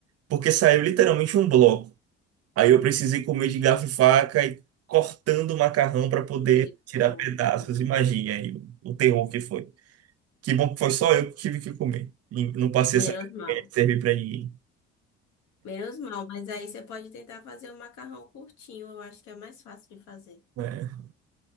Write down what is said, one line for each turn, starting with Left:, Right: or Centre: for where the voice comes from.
Right: Porque saiu literalmente um bloco. Aí eu precisei comer de garfo e faca e cortando o macarrão para poder
Left: Misericórdia.
Right: tirar pedaços. Imagine aí o o terror que foi. Que bom que foi só eu que tive que comer. E não passei
Left: Menos
Right: essa
Left: mal.
Right: vergonha de servir para ninguém.
Left: Menos mal, mas aí você pode tentar fazer um macarrão curtinho, eu acho que é mais fácil de fazer.
Right: É.